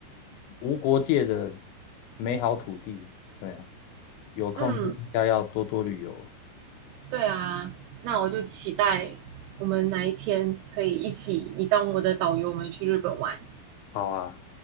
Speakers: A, on the left (about 80°); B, on the right (about 90°).
A: 无国界的美好土地。对啊，有空就应该要多多旅游。
B: 嗯。对啊，那我就期待我们哪一天可以一起，你当我的导游，我们去日本玩。
A: 好啊，